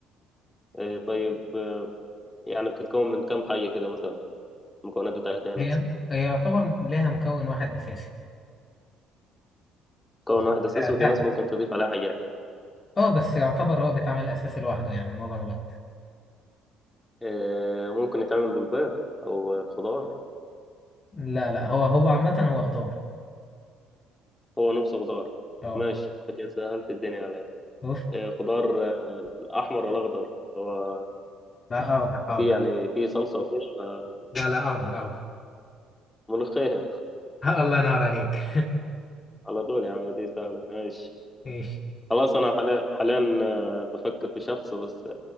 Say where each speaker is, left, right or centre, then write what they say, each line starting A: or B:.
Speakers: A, on the left; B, on the left.
A: آه طيب آه، يعني بتتكون من كم حاجة كده مثلا المكونات بتاعتها هي نفسها
B: هي هي يعتبر لها مكون واحد أساسي
A: مكون
B: آه،
A: واحد أساسي
B: سهلة
A: وفي ناس ممكن تضيف عليها حاجات
B: اه بس يعتبر هو بيتعمل أساسي لوحده يعني معظم الوقت
A: آه ممكن يتعمل بالبيض أو الخضار
B: لا لا هو هو عامة هو خضار
A: هو نفسه خضار
B: اه
A: ماشي أنت كده سهلت الدنيا عليا
B: اوف
A: آه خضار آه، أحمر ولا أخضر اللي هو
B: لا اخضر
A: في يعني في صلصة وكده على
B: لا لا اخضر اخضر
A: ملوخية
B: <laughs> الله ينور عليك
A: على طول يا عم دي سهلة ماشي
B: <laughs> ماشي
A: خلاص أنا حاليا حاليا آه، بفكر في شخص بس